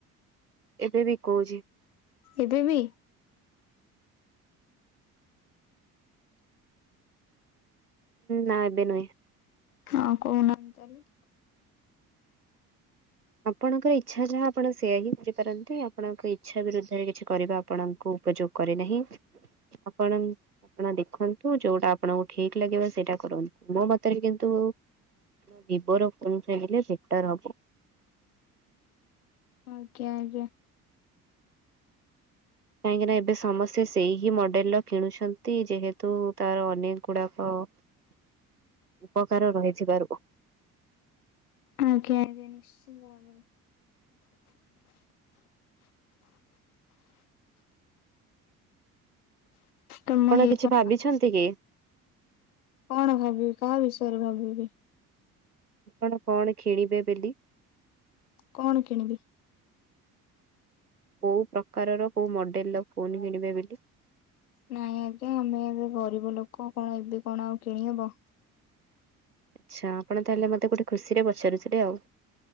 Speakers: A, on the right (about 90°); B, on the left (about 75°).
A: ଏବେ ବି କହୁଛି।
B: ଏବେ ବି?
A: ନା ଏବେ ନୁହେଁ।
B: ହଁ କହୁନାହାନ୍ତି ତାହେଲେ।
A: ଆପଣଙ୍କର ଇଚ୍ଛା ଯାହା ଆପଣ ସେୟଆ ହିଁ କରିପାରନ୍ତି ଆପଣଙ୍କ ଇଚ୍ଛା ବିରୁଦ୍ଧରେ କିଛି କରିବା ଆପଣଙ୍କୁ ଉପଯୋଗ କରେ ନାହିଁ, ଆପଣ ଆପଣ ଦେଖନ୍ତୁ, ଯୋଉଟା ଆପଣଙ୍କୁ ଠିକ୍ ଲାଗିବ ସେଇଟା କରନ୍ତୁ। ମୋ ମତରେ କିନ୍ତୁ ଭିଭୋର ଫୋନ ଟା ହେଲେ ବେଟର ହବ।
B: ଆଜ୍ଞା ଆଜ୍ଞା।
A: କାହିଁକି ନା ଏବେ ସମସ୍ତେ ସେଇ ହିଁ ମଡେଲ ର କିଣୁଛନ୍ତି ଯେହେତୁ ତାର ଅନେକ ଗୁଡାକ ଉପକାର ରହିଥିବାରୁ
B: ଆଜ୍ଞା ଆଜ୍ଞା ନିଶ୍ଚିନ୍ତ ଭାବରେ। ତ
A: ଆପଣ
B: ମୁଁ ଏଇ
A: କିଛି
B: କଣ
A: ଭାବିଛନ୍ତି କି
B: ଭାବିବି, କାହା ବିଷୟରେ ଭାବିବି?
A: ଆପଣ କଣ କିଣିବେ ବୋଲି
B: କଣ କିଣିବି?
A: କୋଉ ପ୍ରକାରର, କୋଉ ମଡେଲ ର ଫୋନ କିଣିବେ ବୋଲି।
B: ନାଇଁ ଆଜ୍ଞା ଆମେ ଏବେ ଗରିବ ଲୋକ କଣ ଏବେ କଣ ଆଉ କିଣିହବ।
A: ଆଚ୍ଛା ଆପଣ ତାହେଲେ ମତେ ଗୋଟେ ଖୁସିରେ ପଚାରୁଥିଲେ ଆଉ।